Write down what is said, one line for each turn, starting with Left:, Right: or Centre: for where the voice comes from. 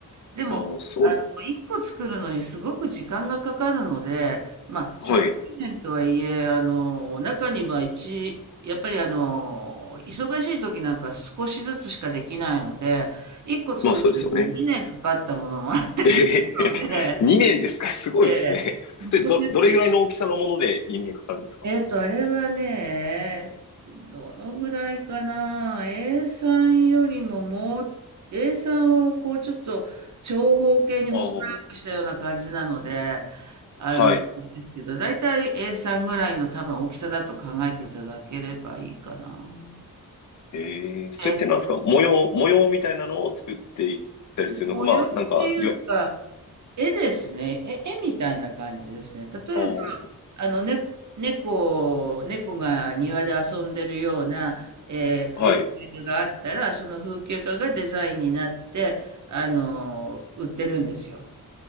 Right: でも、
Left: ああ、すごいです。
Right: あの、一個作るのにすごく時間がかかるので、まあ、30年とはいえ、
Left: はい。
Right: あの、中には一、やっぱりあの、忙しい時なんか少しずつしかできないので、一個作るのに2年かかったものもあったりするので、
Left: まあ、そうですよね。<laughs> えへへ2年ですかすごいですね。
Right: ええ、息子のやつで
Left: それど、どれぐらいの大きさのもので2年かかるんですか
Right: えっと、あれはね、どのぐらいかな、A さんよりももう、A さんをこうちょっと長方形に細長くしたような感じなので、
Left: ああ、
Right: あの、
Left: はい。
Right: ですけど、だいたい A さんぐらいの多分大きさだと考えていただければいいかな。
Left: ええそれってなんですか模様、
Right: え、
Left: 模様みたいなのを作っていったりするのかまあ、
Right: 模様っていうか、
Left: なんか、いわ、
Right: 絵ですね。絵、絵みたいな感じですね。例え
Left: ああ、
Right: あの、ね、猫、猫が庭で遊んでるような、えー風景画があったら、
Left: はい、
Right: その風景画がデザインになって、あの、売ってるんですよ。